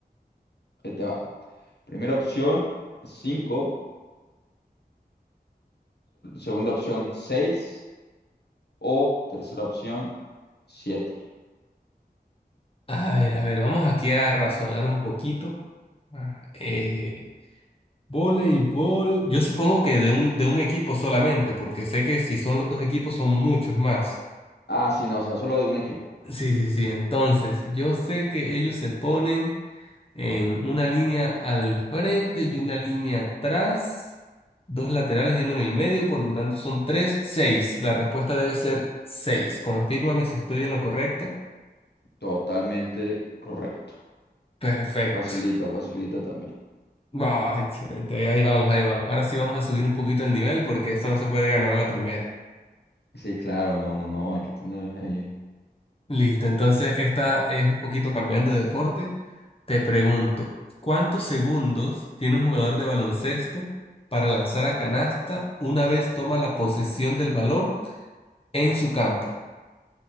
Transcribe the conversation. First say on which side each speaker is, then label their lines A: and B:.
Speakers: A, on the left (about 85°); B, on the left (about 35°).
A: Ahí te va. Primera opción, 5, segunda opción, seis O tercera opción, 7.
B: A ver, a ver, vamos aquí a razonar un poquito. Ah, Eh, voleibol, yo supongo que de un, de un equipo solamente, porque sé que si son los dos equipos son muchos más.
A: Ah, sí, no, o sea, solo de un equipo.
B: Sí, sí, sí, entonces yo sé que ellos se ponen en una línea al frente y una línea atrás, dos laterales y uno en el medio, por lo tanto son tres, seis. La respuesta debe ser seis. Confírmame si estoy en lo correcto.
A: Totalmente correcto.
B: Perfecto.
A: Facilita, facilita también.
B: Wow, excelente. Ahí, ahí vamos, ahí vamos. Ahora sí vamos a subir un poquito el nivel porque esto no se puede ganar a la primera.
A: Sí, claro, no, no, no, hay que tener ahí.
B: Listo, entonces esta es un poquito cambiando de deporte. Te pregunto, ¿cuántos segundos tiene un jugador de baloncesto para lanzar a canasta una vez toma la posesión del balón en su campo?